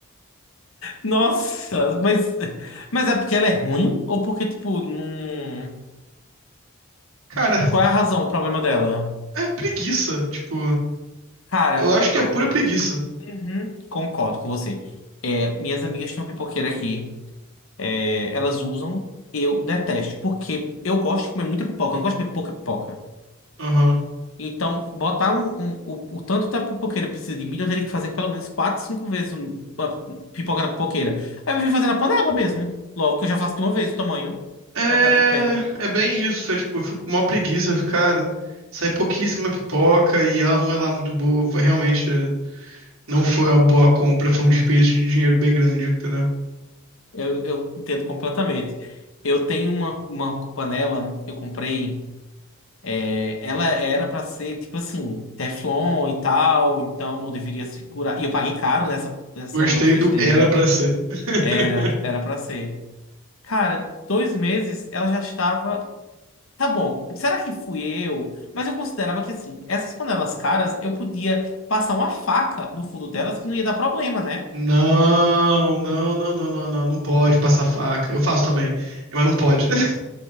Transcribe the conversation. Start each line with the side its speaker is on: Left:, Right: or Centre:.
Left: Nossa, mas, mas é porque ela é ruim? Ou porque, tipo, não.
Right: Cara,
Left: Qual é a razão, o problema dela?
Right: é preguiça. Tipo,
Left: Cara,
Right: eu acho que
Left: pronto.
Right: é pura preguiça.
Left: Uhum, concordo com você. É, minhas amigas têm uma pipoqueira aqui. é, elas usam. Eu detesto. Porque eu gosto de comer muita pipoca. Eu não gosto de comer pouca pipoca.
Right: Aham.
Left: Então, botar um, um- o, o tanto da pipoqueira precisa de milho, eu teria que fazer pelo menos 4 5 vezes um- a pipoca na pipoqueira. Aí eu vim fazer na panela mesmo. Logo que eu já faço de uma vez o tamanho,
Right: É,
Left: a quantidade que eu quero.
Right: é bem isso. É tipo, eu fico com maior preguiça ficar. Sai pouquíssima pipoca e ela não é lá muito boa. Foi realmente. Não foi uma boa compra, foi um desperdício de dinheiro bem grande, entendeu?
Left: Eu, eu entendo completamente. Eu tenho uma, uma panela que eu comprei. é, ela era pra ser tipo assim, Teflon e tal, então não deveria segurar. E eu paguei caro nessa, nessa
Right: Gostei
Left: frigideira.
Right: do era pra ser. <laughs>
Left: Era, era para ser. Cara, dois meses ela já estava. Tá bom. Será que fui eu? Mas eu considerava que assim, essas panelas caras, eu podia passar uma faca no fundo delas que não ia dar problema, né?
Right: Não, não, não, não, não, não, não pode
Left: Hum.
Right: passar faca. Eu faço também, mas não pode. <laughs>